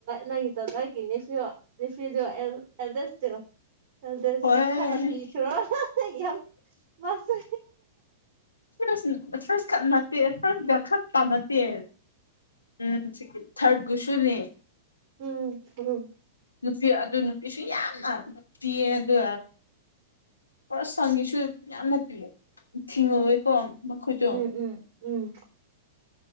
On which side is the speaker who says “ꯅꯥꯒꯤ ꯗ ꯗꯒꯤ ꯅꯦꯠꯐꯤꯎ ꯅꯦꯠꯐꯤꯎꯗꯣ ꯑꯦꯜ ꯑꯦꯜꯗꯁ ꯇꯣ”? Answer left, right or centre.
Right